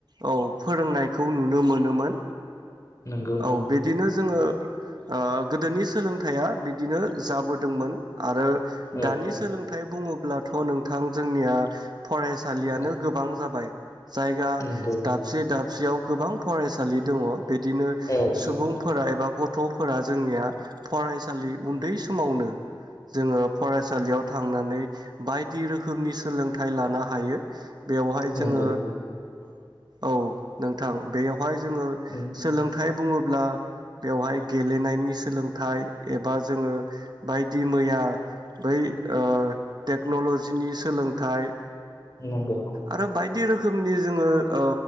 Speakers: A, on the right; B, on the left.
A: औ फोरोंनायखौ नुनो मोनोमोन।
B: नंगौ नोंथां
A: औ बिदिनो जोंङो ओ गोदोनि सोलोंथाइया बिदिनो जाबोदोंमोन। आरो
B: औ
A: दानि
B: औ
A: सोलोंथाइ बुंङोब्ला थ नोंथां जोंनिया फरायसालियानो
B: औ
A: गोबां जाबाय जायगा
B: नंगौ
A: दाबसे-दाब सियाव गोबां फरायसालि दंङ बिदि
B: औ
A: सुबुंफोरा
B: औ
A: एबा ग थफोरा जोंनिया फराय सालि
B: औ
A: उन्दै समावनो जोंङो फरायसालियाव थाब थांनानै बायदि रोखोमनि सोलोंथाइ लानो हायो। बेवहाय जोंङो
B: नंगौ
A: औ नोंथां बेयाव हाय जोंङो
B: औ
A: सोलों थाय बुङोब्ला बेवहाय गेलेनायनि सोलोंथाइ एबा जोंङो बाय दि मैया बै ओ टेक्नलजिनि सोलोंथाइ
B: नंगौ
A: आरो बायदि रो खोमनि जोंङो औ